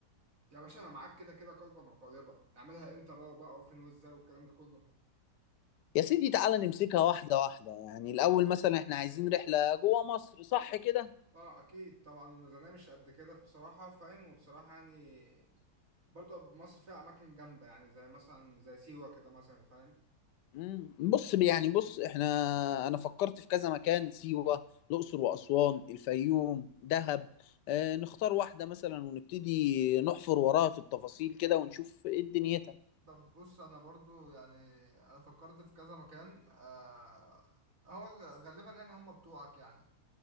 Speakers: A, on the right (about 50°); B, on the left (about 80°).
A: يا باشا انا معاك كده كده قلبا وقالبا نعملها امتى بقى وبقى وفين وازاي والكلام ده كله
B: يا سيدي تعالى نمسكها واحده واحده يعني الاول مثلا احنا عايزين رحله جوه مصر صح كده
A: اه اكيد طبعا الميزانيه مش قد كده بصراحه فاهم وبصراحه يعني برضو مصر فيها اماكن جامده يعني زي مثلا زي سيوه كده مثلا فاهم
B: امم بص يعني بص احنا انا فكرت في كذا مكان سيوه الاقصر واسوان الفيوم دهب اه نختار واحده مثلا ونبتدي نحفر وراها في التفاصيل كده ونشوف ايه دنيتها
A: طب بص انا برضو يعني انا فكرت في كذا مكان آه هو ال- غالبا يعني هم بتوعك يعني